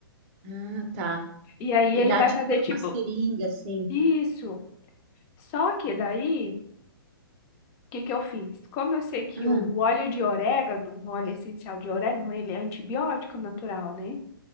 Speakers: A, on the right (about 35°); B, on the left (about 25°).
A: Ah, tá.
B: E aí
A: E
B: ele
A: dá
B: vai
A: tipo
B: fazer
A: uma
B: tipo
A: seringa, assim.
B: isso. Só que daí, o que que eu fiz? Como eu sei que
A: Ah,
B: o óleo de orégano, o óleo essencial de orégano, ele é antibiótico natural, né?